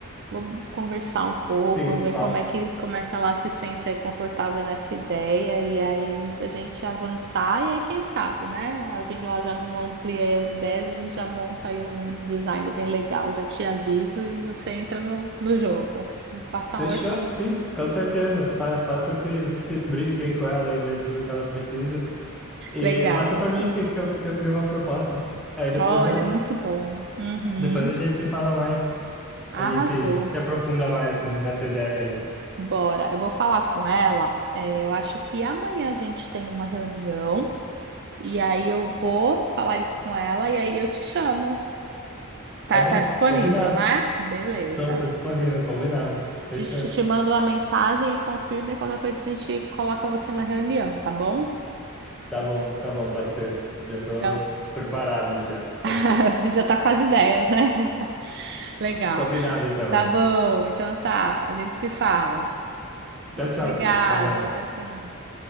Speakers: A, on the right; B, in the centre.
A: vou conversar um pouco,
B: sim,
A: ver
B: fala.
A: como é que, como é que ela se sente aí confortável nessa ideia, e aí a gente avançar, e aí quem sabe, né? A gente lá já não amplia aí as ideias, a gente já monta aí um design bem legal, já te aviso e você entra no, no jogo. Passar
B: Fechou,
A: um orçamento.
B: sim, com certeza. Fa- Faça esse, esse briefing com ela e vê tudo que ela precisa. E
A: Legal.
B: passa para mim
A: Uhum.
B: que, que eu, que eu crio uma proposta. Aí depois
A: Olha,
B: a,
A: muito bom. Uhum.
B: depois a gente se fala mais. a
A: Arrasou.
B: gente se aprofunda mais n- nessa ideia aí.
A: Bora, eu vou falar com ela. É, eu acho que amanhã a gente tem uma reunião e aí eu vou falar isso com ela e aí eu te chamo. Tá,
B: Tá bom,
A: tá disponível,
B: combinado.
A: né? Beleza.
B: Tô, tô disponível, combinado. Fechou.
A: Te, te mando uma mensagem e confirma e qualquer coisa a gente coloca você na reunião, tá bom?
B: Tá bom, tá bom, pode ser. Já tô
A: Então,
B: preparado já,
A: <laughs>
B: pode ser.
A: já tá com as ideias, né? <laughs> Legal.
B: Combinado então.
A: Tá bom, então tá. A gente se fala.
B: Tchau, tchau,
A: Obrigada.
B: Cítia. Até mais.
A: Tchau, tchau.